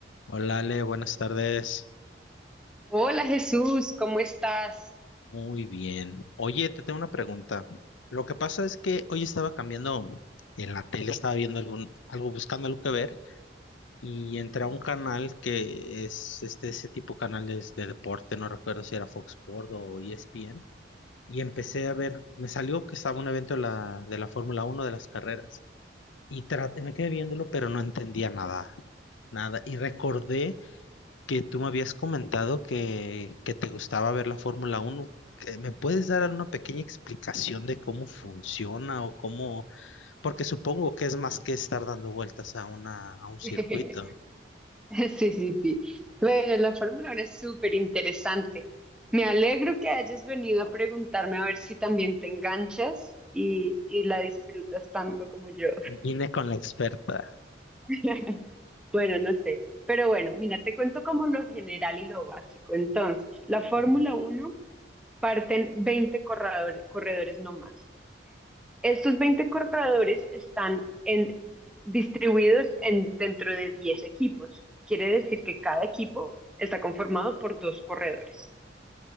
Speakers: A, on the left; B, in the centre.
A: Hola Ale, buenas tardes.
B: Hola Jesús, ¿cómo estás?
A: Muy bien. Oye, te tengo una pregunta. Lo que pasa es que hoy estaba cambiando en la tele, estaba viendo algún, algo, buscando algo que ver, y entré a un canal que es este, ese tipo de canales de deporte, no recuerdo si era Fox Sport o ESPN, y empecé a ver, me salió que estaba un evento de la, de la Fórmula Uno, de las carreras, y traté, me quedé viéndolo, pero no entendía nada, nada, y recordé que tú me habías comentado que, que te gustaba ver la Fórmula Uno Eh, ¿Me puedes dar alguna pequeña explicación de cómo funciona o cómo? Porque supongo que es más que estar dando vueltas a una, a un circuito.
B: <laughs> Sí, sí, sí. Bueno, la Fórmula Uno es súper interesante. Me alegro que hayas venido a preguntarme a ver si también te enganchas y, y la disfrutas tanto como yo.
A: Vine con la experta.
B: <laughs> Bueno, no sé. Pero bueno, mira, te cuento como lo general y lo básico. Entonces, la Fórmula
A: Ujú,
B: Uno parten 20 corredor- corredores no más. Estos 20 corredores están en- distribuidos en, dentro de 10 equipos. Quiere decir que cada equipo está conformado por dos corredores.